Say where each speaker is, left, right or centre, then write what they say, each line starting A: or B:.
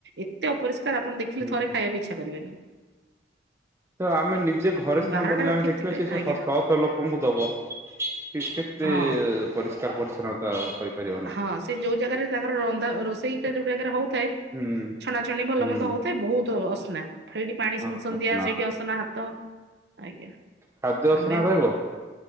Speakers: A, on the right (about 70°); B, on the right (about 15°).
A: ଏତେ ଅପରିଷ୍କାର, ଆପଣ ଦେଖିଲେ
B: ହୁଁ
A: ଥରେ ଖାଇବାକୁ ଇଛା କରିବେନି।
B: ତ ଆମେ ନି ସେ ଘରେ ସିନା
A: ବାହାରଟା
B: ବନିଲେ
A: ରଖିଥିବେ
B: ଆମେ ଦେଖିବା, ସେ ଶହ
A: ଆଜ୍ଞା
B: ଶହ ଲୋକଙ୍କୁ ଦବ। ସେ କେତେ
A: ହଁ
B: ପରିଷ୍କାର ପରିଚ୍ଛନ୍ନତା କରିପାରିବ ନାହିଁ,
A: ହଁ ସେ ଯୋଉ ଜାଗାରେ ତାଙ୍କର ରନ୍ଧା ରୋଷେଇଟା ଯୋଉ ଜାଗାରେ ହଉଥାଏ
B: ହୁଁ
A: ଛଣାଛଣି ଭଲ
B: ହୁଁ
A: ମନ୍ଦ ହଉଥାଏ ବହୁତ ଅସନା ସେଇଠି ପାଣି
B: ହ
A: ସନସନ୍ଦିଆ
B: ହ
A: ସେଇଠି ଅସନା ହାତହୁତି ଅ ଆଜ୍ଞା,
B: ଖାଦ୍ୟ ଅସନା
A: ଆମେ
B: ରହିବ